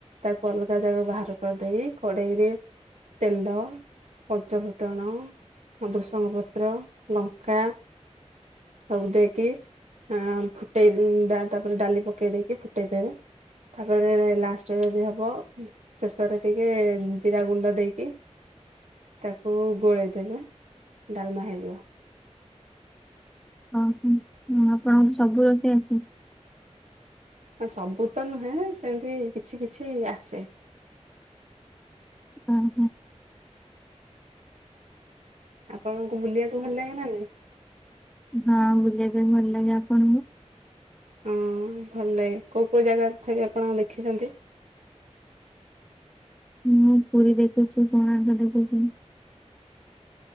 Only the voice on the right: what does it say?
ତାକୁ ଅଲଗା ଯାକାକୁ ବାହାର କରିଦେଇକି କଡେଇରେ ତେଲ ପଞ୍ଚ ଫୁଟଣ ଭ୍ରୁସଙ୍ଗ ପତ୍ର ଲଙ୍କା ସବୁ ଦେଇକି ହଁ ଫୁଟେଇ ତାପରେ ଡାଲି ପକେଇ ଦେଇକି ଫୁଟେଇଦବେ। ତାପରେ ଲାଷ୍ଟ ଯଦି ହବ ଶେଷରେ ଟି ଟିକେ ଜିରା ଗୁଣ୍ଡ ଦେଇକି। ତାକୁ ଗୋଳେଇଦବେ ଡାଲମା ହେଇଯିବ।
ସବୁ ତ ନୁହେଁ ସେମିତି କିଛି କିଛି ଆସେ।
ଆପଣଙ୍କୁ ବୁଲିବାକୁ ଭଲ ଲାଗେନା ନା ନାଇଁ।
ହଁ ଭଲ ଲାଗେ କୋଉ କୋଉ ଜାଗାରେ ଥାଇକି ଆପଣ ଦେଖିଛନ୍ତି।